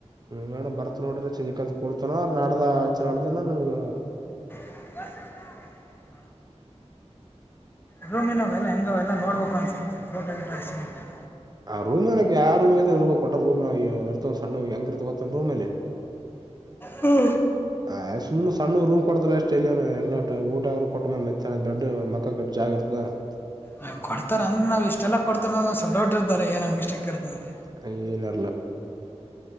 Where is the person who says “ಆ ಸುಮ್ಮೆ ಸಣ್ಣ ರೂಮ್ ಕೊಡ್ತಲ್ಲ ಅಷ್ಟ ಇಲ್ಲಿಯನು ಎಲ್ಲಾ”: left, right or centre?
Right